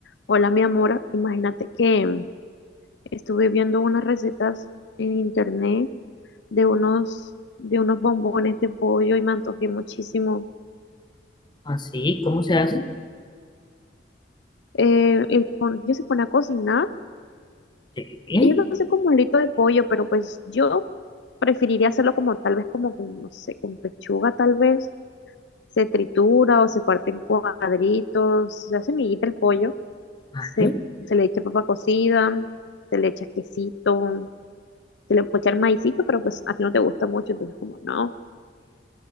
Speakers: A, on the left (about 85°); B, on the left (about 25°).
A: Hola, mi amor. Imagínate que estuve viendo unas recetas en internet de unos, de unos bombones de pollo y me antojé muchísimo.
B: Así, ¿cómo se hace?
A: Eh, el pon- yo se pone a cocinar.
B: Sí,
A: Ellos lo hacen como un lito de pollo, pero pues yo preferiría hacerlo como tal vez como con, no sé, con pechuga tal vez. Se tritura o se parte en cuadritos, se hace miguita el pollo,
B: vale.
A: se, se le echa papa cocida, se le echa quesito, se le puede echar maicito, pero pues a ti no te gusta mucho, entonces como no.